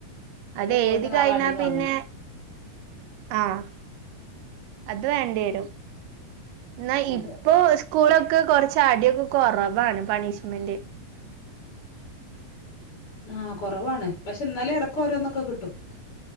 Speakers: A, on the left; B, on the right.
A: പിന്നെ
B: അത്
A: പോയിട്ട്
B: എഴുതി
A: നാളെ
B: കഴിഞ്ഞാ
A: അടിയും വാങ്ങണം
B: പിന്നെ ആഹ അത് വേണ്ടി വരും എന്നാ
A: അതെ
B: ഇപ്പൊ സ്കൂളൊക്കെ കൊറച്ച് അടിയൊക്കെ കുറവാണ് പണിഷ്മെന്റ്
A: ആഹ് കുറവാണ് പക്ഷെ എന്നാലും ഇടക്ക ഓരോന്നൊക്കെ കിട്ടും